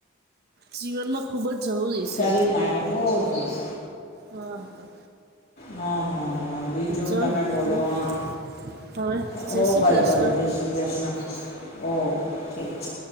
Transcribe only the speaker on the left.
શરીર માટે બોવ સરસ
હા હા હા બીજું
તમે બોલો
આ
હો
ભલે
ભલે જય શ્રી કૃષ્ના ઓ ઠીક છે.